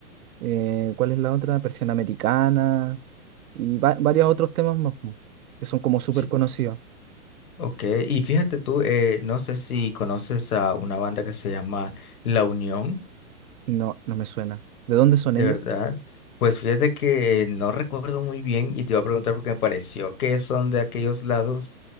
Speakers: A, on the right; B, on the left.
A: eh, ¿cuál es la otra? Persiana Americana, y va- varios otros temas más, pu, que son como súper
B: Sí.
A: conocidos.
B: Ok, y fíjate tú, eh, no sé si conoces a una banda que se llama La Unión.
A: No, no me suena. ¿De dónde son
B: De
A: ellos?
B: verdad, pues fíjate que eh, no recuerdo muy bien y te iba a preguntar porque me pareció que son de aquellos lados